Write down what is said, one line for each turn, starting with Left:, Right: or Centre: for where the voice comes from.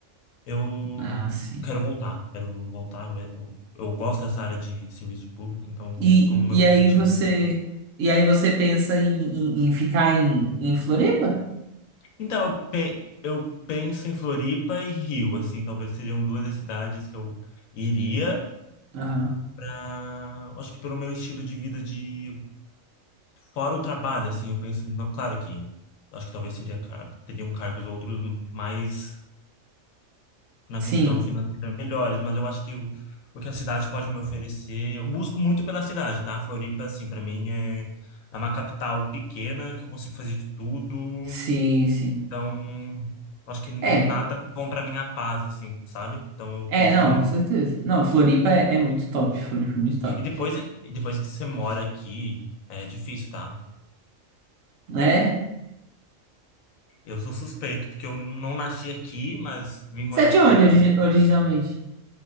Left: eu
Right: Ah, sim.
Left: quero voltar. Quero voltar. vai- Eu eu gosto dessa área de serviço público, então
Right: E,
Left: é um meu objetivo
Right: e aí você.
Left: também.
Right: E aí você pensa em, em- em ficar em, em Floripa?
Left: Então, eu, pe- eu penso em Floripa e Rio, assim, talvez seriam duas das cidades que eu iria.
Right: Aham.
Left: pra, acho que pelo meu estilo de vida de fora o trabalho, assim, eu penso, não, claro que acho que talvez seria car- teriam cargos outros mais na
Right: Sim,
Left: questão financeira melhores, mas eu acho que o, o que a cidade pode me oferecer, eu busco muito pela cidade, tá? Floripa, assim, para mim é, é uma capital pequena que eu consigo fazer de tudo,
Right: sim, sim.
Left: então Acho que nada
Right: É,
Left: bom para minha paz, assim, sabe? Então eu
Right: é,
Left: penso
Right: não,
Left: nisso.
Right: com certeza. Não, Floripa é, é muito top. Floripa é muito top.
Left: E depois, é que- e depois que você mora aqui, é difícil, tá?
Right: Né?
Left: Eu sou suspeito, porque eu não nasci aqui, mas vim morar
Right: Você é de
Left: aqui
Right: onde
Left: hoje.
Right: origi- originalmente?